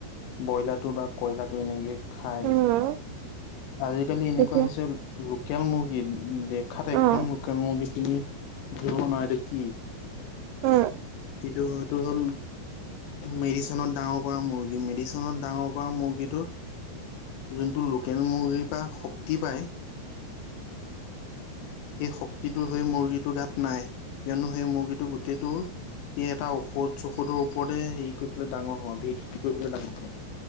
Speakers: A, on the left; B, on the right.
A: ব্ৰইলাৰটো বা কইলাৰটো এনেকে খাই
B: উম
A: আজিকালি এনেকুৱা
B: তেতিয়া
A: হৈছে লোকেল মুৰ্গী উ দেখাত একদম
B: অ
A: লোকেল মূৰ্গীখিনি ধৰিব নোৱাৰে এইটো কি।
B: উম।
A: টো এইটো হ'ল মেডিচনত ডাঙৰ কৰা মুৰ্গী। মেডিচনত ডাঙৰ কৰা মুৰ্গীটো যোনটো লোকেল মুগীৰপৰা শক্তি পায়
B: <inaudible>
A: সেই শক্তিটোৰ সেই মুৰ্গীটোৰ গাত নাই, কিয়নো সেই মুৰ্গীটো গোটেইটো সি এটা ঔষধ চৌষধৰ ওপৰতে হেৰি কৰি পেলাই ডাঙৰ হয়, ভিত্তি কৰি পেলাই ডাঙৰ হয়।